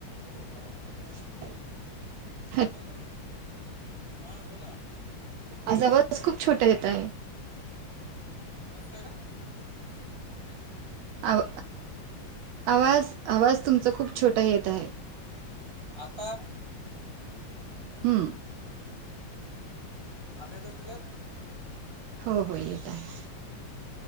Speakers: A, on the right; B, on the right.
A: <inaudible>
B: हॅलो, हा बोला.
A: आज आवाज खूप छोटा येतं आहे.
B: कस काय ग?
A: आव आवाज आवाज तुमचा खूप छोटा येत आहे.
B: आता
A: हम्म.
B: आता येतोय क्लीयर?
A: हो हो येत आहे.